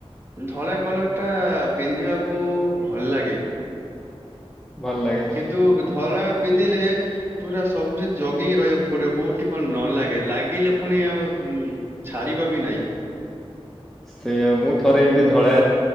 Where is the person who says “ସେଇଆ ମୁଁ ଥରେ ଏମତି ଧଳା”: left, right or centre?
Centre